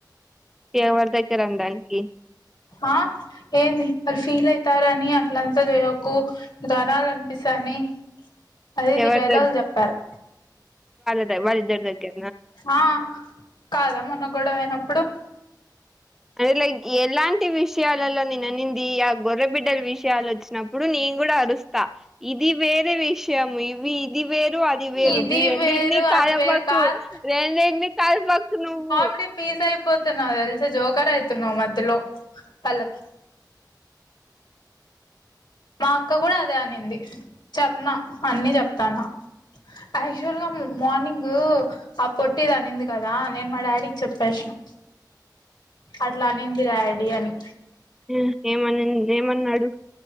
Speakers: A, in the centre; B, on the left.
A: ఎవరి దగ్గర అనడానికి
B: ఆ ఏంది అది ఫీల్ అయితారా ని అట్లంతా చేయకు దనాలు అనిపిస్తానే అదిది
A: ఎవరి
B: డైలాగులు చెప్పారు
A: వాళ దగ్గరికే
B: ఆ కాదా మొన్న గొడవ అయినప్పుడు
A: దెర్లేయింగ్ ఎలాంటి విషయాలలో నేను అనింది. ఆ గొర్రబిడ్డల విషయాలు వచ్చినప్పుడు నేను కూడా అరుస్ త ఇది వేరే విషయము ఇవి ఇది వేరు, అది వేరు
B: ఇది
A: రెండిటిని
B: వేరు
A: కలపకు
B: అది వేరు కాదు
A: రెండిటిని కలపకు నువ్వు.
B: ఇప్పుడే పీజ్ అయిపోతున్నావ్ తెలిసా జోకర్ అయితున్నావ్ మధ్యలో ఆలకి మా అక్క కూడా అదే అనింది చెప్నా అన్ని చెప్తాను. యాక్చువల్ గా మార్నింగ్ ఆ పొట్టిది అనింది కదా నేను మా డాడీకి చెప్పేస్నా. అట్లా అనింది డాడీ అని
A: ఉ ఏమనిన్ ఏమన్నాడు